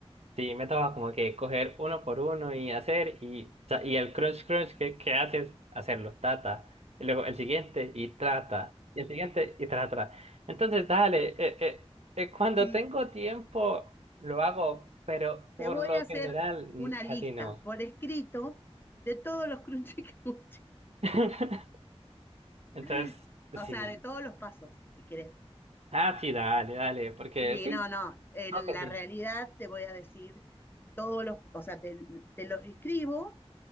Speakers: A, on the right; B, on the left.
A: Sí, me toca como que coger uno por uno y hacer, y, ta- y el crunch crunch que, que haces, hacerlo, tata. Y luego el siguiente y trata. Y el siguiente y trata. Entonces, dale, eh, eh, eh, cuando
B: Y,
A: tengo tiempo lo hago, pero por
B: Te voy
A: lo
B: a hacer
A: general mm,
B: una
A: casi
B: lista
A: no.
B: por escrito de todos los crunchy crunchy,
A: <laughs> Entonces,
B: <laughs> o
A: sí.
B: sea, de todos los pasos, si querés.
A: Ah, sí, dale, dale, porque
B: Sí,
A: sí,
B: no, no, en
A: creo que
B: la
A: sí.
B: realidad te voy a decir todos los, o sea, te, te los escribo